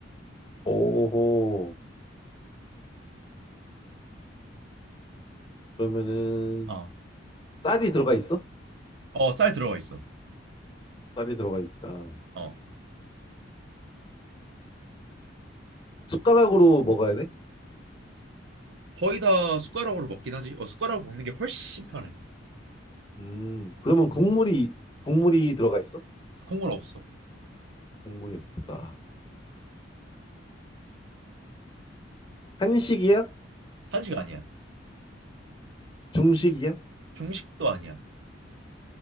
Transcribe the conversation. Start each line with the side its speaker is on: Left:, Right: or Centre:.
Left: 오호. 그러면은,
Right: 어.
Left: 쌀이 들어가 있어?
Right: 어, 쌀 들어가 있어.
Left: 쌀이 들어가 있다.
Right: 어.
Left: 숟가락으로 먹어야 돼?
Right: 거의 다 숟가락으로 먹긴 하지. 어, 숟가락으로 먹는 게 훨씬 편해.
Left: 음, 그러면 국물이, 국물이 들어가 있어?
Right: 콩물 없어.
Left: 국물이 없다. 한식이야?
Right: 한식 아니야.
Left: 중식이야?
Right: 중식도 아니야.